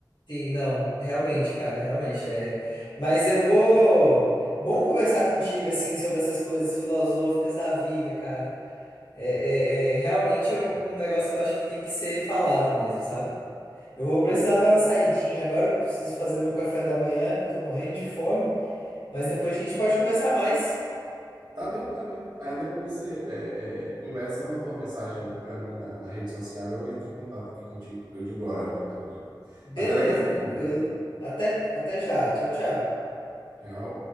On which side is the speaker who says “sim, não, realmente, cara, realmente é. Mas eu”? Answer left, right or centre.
Left